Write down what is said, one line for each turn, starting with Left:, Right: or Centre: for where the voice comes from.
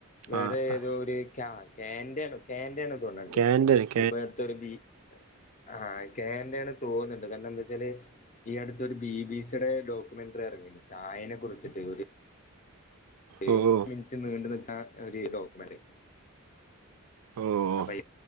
Left: വേറെ
Right: ആഹ്
Left: ഏതോ ഒര് ക്യാ കേന്റേണ് കേന്റേണ്
Right: കേന്ററിങ്ങ്
Left: ഇപ്പൊ അട്ത്തൊര് ബി ആഹ് കേന്റേണ് തോന്ന്ണ്ട് കാര്ണം എന്തച്ചാല് ഈ അടുത്തൊരു ബി ബി സിടെ ഡോക്മെന്റ്റി എറങ്ങീന്നു ചായേനെ കുറിച്ചിട്ട് ഒര് ഏ
Right: ഓ ഓ
Left: മിൻറ്റ് നീണ്ട് നിക്കാ ഒര് ഡോക്മെന്റ്
Right: ഓ ഓ
Left: അപ്പയ്